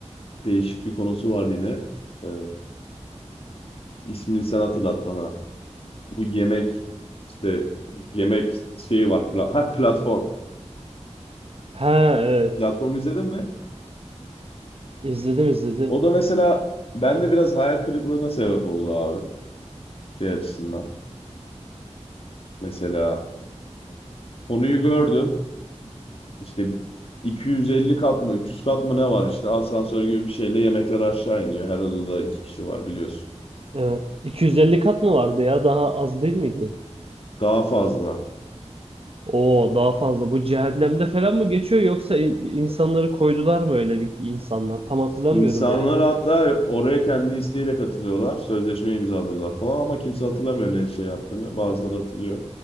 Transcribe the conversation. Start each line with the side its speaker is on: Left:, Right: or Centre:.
Left: Değişik bir konusu var yine. Ee, ismini sen hatırlat bana. Bu yemek işte yemek şeyi var. Pla Heh, platform.
Right: Ha evet.
Left: Platformu izledin mi?
Right: İzledim izledim.
Left: O da mesela bende biraz hayal kırıklığına sebep oldu abi şey açısından. Mesela konuyu gördüm. İşte 250 kat mı 300 kat mı ne var işte asansör gibi bir şeyle yemekler aşağı iniyor. Her odada iki kişi var biliyorsun.
Right: Evet. 250 kat mı vardı ya? Daha az değil miydi?
Left: Daha fazla.
Right: Oo daha fazla. Bu cehennemde falan mı geçiyor yoksa in- insanları koydular mı öyle bir insanlar? Tam hatırlamıyorum
Left: İnsanlar
Right: yani.
Left: hatta oraya kendi isteğiyle katılıyorlar. Sözleşme imzalıyorlar falan ama kimse hatırlamıyor ne şey yaptığını. Bazıları hatırlıyor.